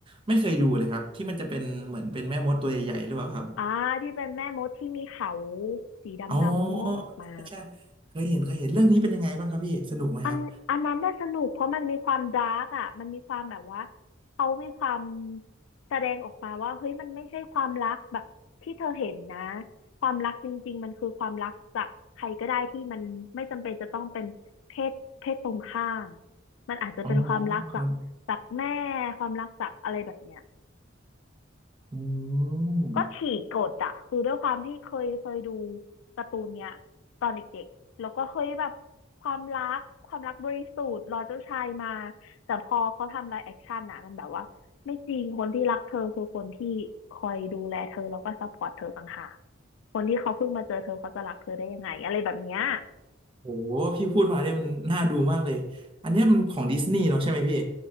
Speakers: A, on the right (about 25°); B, on the left (about 75°).
A: ไม่เคยดูเลยครับที่มันจะเป็นเหมือนเป็นแม่มดตัวใหญ่ๆหรือเปล่าครับ
B: อ่าที่เป็นแม่มดที่มีเขาสีดำๆงอกออกมา
A: อ๋อใช่ใช่เคยเห็นเคยเห็นเรื่องนี้เป็นยังไงบ้างครับพี่สนุกไหมครับ
B: อันอันนั้นน่าสนุกเพราะมันมีความดาร์กอ่ะมันมีความแบบว่าเขามีความแสดงออกมาว่าเฮ้ยมันไม่ใช่ความรักแบบที่เธอเห็นนะความรักจริงๆมันคือความรักจากใครก็ได้ที่มันไม่จำเป็นจะต้องเป็นเพศเพศตรงข้ามมันอาจจะเป็นความรักจากจากแม่
A: อ๋อครับ
B: ความรักจากอะไรแบบเนี้ย
A: อืม
B: ก็ฉีกกฎอะคือด้วยความที่เคยเคยดูการ์ตูนเนี้ยตอนเด็กๆแล้วก็เฮ้ยแบบความรักความรักบริสุทธิ์รอเจ้าชายมาแต่พอเขาทำไลฟ์แอคชั่นอะมันแบบว่าไม่จริงคนที่รักเธอคือคนที่คอยดูแลเธอแล้วก็ซัพพอร์ตเธอต่างหากคนที่เขาเพิ่งมาเจอเธอเขาจะรักเธอได้ยังไงอะไรแบบเนี้ย
A: โหพี่พูดมาเนี่ยมันน่าดูมากเลยอันเนี้ยมันของดิสนีย์เนาะใช่ไหมพี่